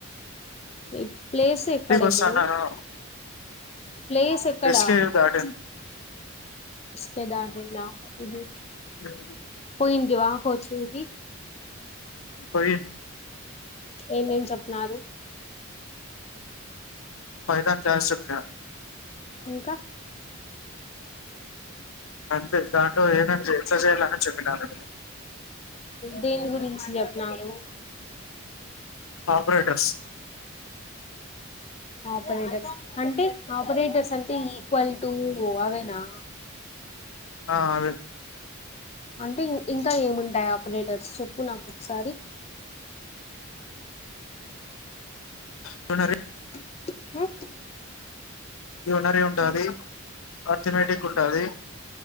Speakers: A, on the left; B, on the left.
A: ఈ ప్లేస్ ఎక్కడ ఇప్పుడు
B: వస్తాన్నాను
A: ప్లేస్ ఎక్కడా
B: ఎస్కేవ్ దాటింది
A: పొయిందా హుహు
B: <unintelligible>
A: పోయింటివా కోచింగ్ కి
B: పోయి
A: ఏమేమ్ చెప్నారు
B: పైథాన్ క్లాస్ చెప్పిన
A: ఇంక
B: అంతే దాంటలో ఏమేం చెయ్ ఎట్ల చేయాలని చెప్పినారు
A: దేని గురించి చెప్పినాడు
B: ఆపరేటర్స్
A: ఆపరేటర్స్ అంటె ఆపరేటర్స్ అంటే ఈక్వల్ టూ అవేనా
B: ఆ అదే
A: అంటే ఇంక్ ఇంకా ఏముంటాయ్ ఆపరేటర్స్ చెప్పు నాకొకసారి
B: పొయినా రే
A: <inaudible>
B: యూనరి ఉంటాది
A: ఉమ్,
B: ఆర్థమేటిక్ ఉంటాది